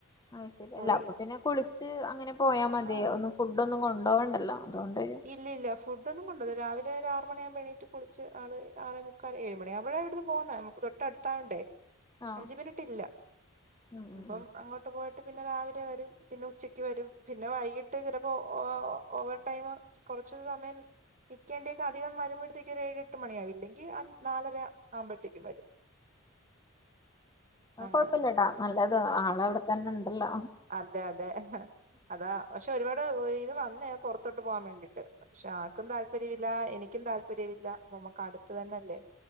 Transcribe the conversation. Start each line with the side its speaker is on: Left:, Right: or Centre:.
Left: ഹ അയ്ശരി
Right: പോയി
Left: അല്ല അപ്പൊ പിന്നെ കുളിച്ച് അങ്ങനെ പോയാ മതിയ
Right: ആഹ്
Left: ഒന്ന് ഫുഡ് ഒന്നും കൊണ്ടോ വണ്ടല്ലോ അതൊണ്ടെ
Right: ഇല്ലില്ല ഫുഡ്ന്നുംണ്ട അത് രാവിലെ ഒരു ആ റുമണിയകുമ്പേണീട്ട് കുളിിച്ചആ റെ മുക്കാൽ ഏഴേ മണിയാഴുമ്പേ ഴെ ഇവിന്ന് പോകുന്നെ തൊട്ടടുത്താവണ്ടേ
Left: ആഹ്
Right: അഞ്ച മിനിട്ട ഇല്ല
Left: ഉം ഉം
Right: അപ്പം അങ്ങോട്ട് തട്ട് പോയിട്ട് പിന്നെ രാവിലെ വരും പിന്നെ ഉച്ചക്ക് വരും പിന്നെ വൈകിട്ട് ചിലപ്പോ ഓവർ ടൈം കുറച്ച സമയം നൽേണ്ടിയൊക്കെ അധികം വരുമ്പോഴത്തേക്ക് ഒരു ഏഴ് എട്ട് മണിയ ആാവില്ലെങ്കിൽ നാലര ആ്പോഴത്തേക്കും വരും
Left: ഉ
Right: അങ്ങനെ
Left: കൊഴപ്പില്ലട്ടാ നല്ലത് ആള അവിടെത്തന്നെ ഉണ്ടല്ലാ
Right: അതെ അതെ അതാ പക്ഷെ ഒരുപാട് ഇത് വന്നേ പുറത്തോട്ട് പോകാൻ വേണ്ടീട്ട് പക്ഷെ ആക്കും താല്പര്യം ല്ല എനിക്കും താല്പര്യമില്ല നമുക്ക് അടുത്ത് തന്നെല്ലേ